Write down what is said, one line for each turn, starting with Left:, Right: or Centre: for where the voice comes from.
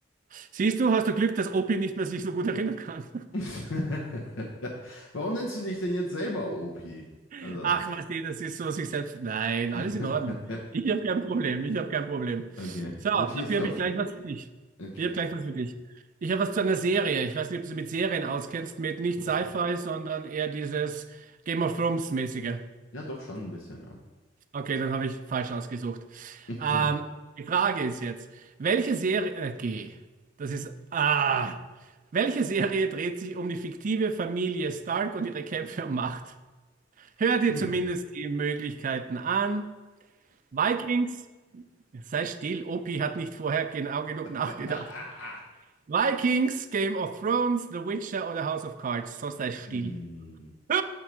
Right: Siehst du, hast du Glück, dass Opi nicht mehr sich so gut erinnern kann.
Left: <laughs> Warum nennst du dich denn jetzt selber Opi?
Right: <laughs>
Left: Also.
Right: Ach, was die, das ist so sich selbst. Nein,
Left: <laughs>
Right: alles in Ordnung. Ich habe kein Problem, ich habe kein Problem.
Left: okay,
Right: So,
Left: dann schieß
Right: dafür
Left: los.
Right: habe ich gleich was für dich.
Left: Okay,
Right: Ich habe gleich was für dich. Ich habe was zu einer Serie. Ich weiß nicht, ob du mit Serien auskennst, mit nicht
Left: doch
Right: Sci-Fi,
Left: schon.
Right: sondern eher dieses Game of Thrones-mäßige.
Left: Ja, doch schon ein bisschen, ja.
Right: Okay, dann habe ich falsch ausgesucht.
Left: <laughs>
Right: Ähm, die Frage ist jetzt, welche Serie, äh, G, das ist, ah, welche Serie dreht sich um die fiktive Familie Stark und ihre Kämpfe um Macht? Hör dir
Left: Hm.
Right: zumindest die Möglichkeiten an. Vikings, sei still, Opi hat nicht vorher genau genug
Left: <laughs>
Right: nachgedacht. Vikings, Game of Thrones, The Witcher oder House of Cards, sonst sei still.
Left: Hm.
Right: <laughs>